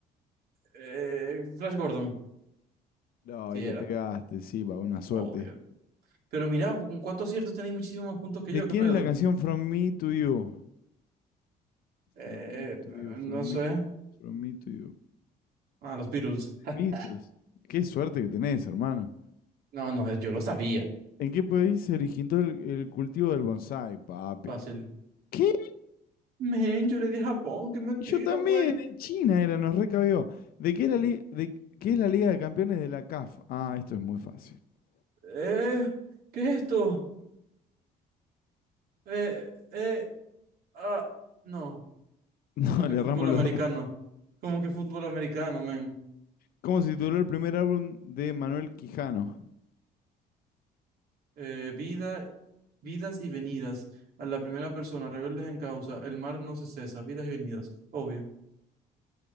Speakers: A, on the right (about 65°); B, on the left (about 60°).
A: eh, Flash Gordon.
B: No,
A: Sí,
B: y le
A: era.
B: pegaste, sí, va, una suerte.
A: Obvio. Pero mira, con cuatro aciertos tenéis muchísimos más puntos que
B: ¿De
A: yo,
B: quién
A: ¿qué pedo?
B: es la canción From Me to You?
A: Eh,
B: From Me to You, From
A: no sé.
B: Me to You, From Me to You.
A: Ah, los Beatles. <laughs>
B: The Beatles. Qué suerte que tenés, hermano.
A: No, no, yo lo sabía.
B: ¿En qué país se originó el, el cultivo del bonsái, papi?
A: Fácil.
B: ¿Qué?
A: Men, yo le di a Japón, que mentira,
B: Yo también,
A: güey.
B: en China era, nos recabió. ¿De qué es la, li- de, qué es la Liga de Campeones de la CAF? Ah, esto es muy fácil. <laughs>
A: Eh, ¿qué es esto? Eh, eh, ah, no,
B: No,
A: como que
B: le
A: fútbol
B: erramos
A: americano,
B: los dos.
A: como que fútbol americano, men.
B: ¿Cómo se tituló el primer álbum de Manuel Quijano?
A: Eh, vida, vidas y venidas. A la primera persona, rebeldes en causa, el mar no se cesa, vidas y venidas, obvio.